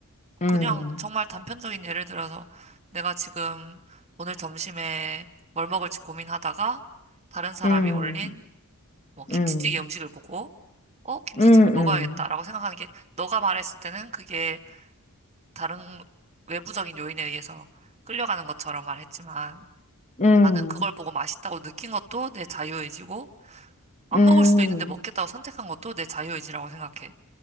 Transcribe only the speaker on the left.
음,
음,
음,
음,
음,
음,
음.